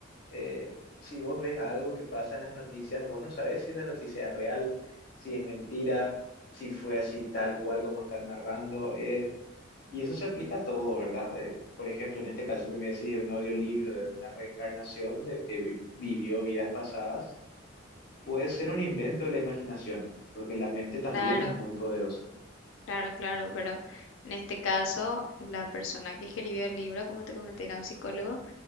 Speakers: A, on the left (about 55°); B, on the left (about 75°).
A: eh, si vos ves algo que pasa en las noticias, vos no sabés si esa noticia es real, si es mentira, si fue así tal cual como están narrando. eh, y eso se aplica a todo, ¿verdad? Eh, por ejemplo, en este caso que me decís de un audiolibro, de una reencarnación de que vi- vivió vidas pasadas, puede ser un invento de la imaginación, porque la mente también
B: Claro,
A: es muy poderosa.
B: claro, claro, pero en este caso la persona que escribió el libro, como te comenté, era un psicólogo